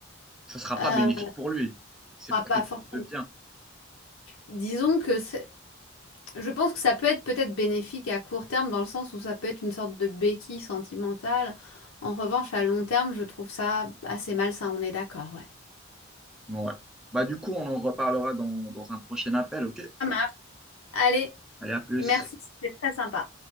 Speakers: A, in the centre; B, on the left (about 80°).
A: Ça sera
B: Euh,
A: pas bénéfique
B: on
A: pour lui. C'est
B: pourra
A: pas
B: pas
A: quelque
B: forcément...
A: chose de bien.
B: Disons que c'est- Je pense que ça peut être peut-être bénéfique à court terme dans le sens où ça peut être une sorte de béquille sentimentale. En revanche, à long terme, je trouve ça assez malsain, on est d'accord, ouais.
A: Ouais. Bah, du coup, on en reparlera dans, dans un prochain appel, ok?
B: Ça marche. Allez,
A: Allez, à plus.
B: merci, c'était très sympa.